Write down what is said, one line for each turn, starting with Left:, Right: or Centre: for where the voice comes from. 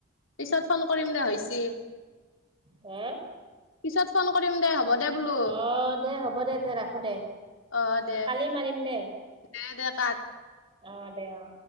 Left: পিছত ফোন কৰিম দে হৈছে
Right: হে
Left: পিছত ফোন কৰিম দে হ'ব দে বোলো।
Right: অ দে হ'ব দে দে ৰাখো দে
Left: অ', দে,
Right: কালি মাৰিম দে
Left: দে দে কাত
Right: হয়, দে অ'!